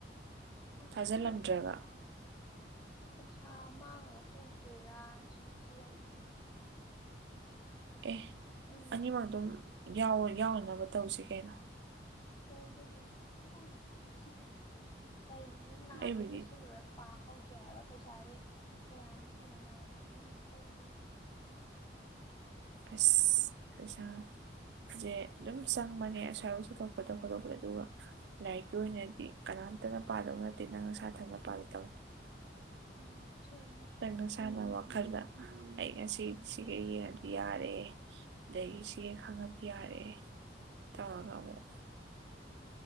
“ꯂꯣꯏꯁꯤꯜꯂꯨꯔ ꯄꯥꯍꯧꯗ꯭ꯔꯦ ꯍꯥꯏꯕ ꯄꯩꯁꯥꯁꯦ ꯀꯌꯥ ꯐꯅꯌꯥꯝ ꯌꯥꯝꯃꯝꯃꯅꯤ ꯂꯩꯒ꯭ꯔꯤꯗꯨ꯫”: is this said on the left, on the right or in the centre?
Left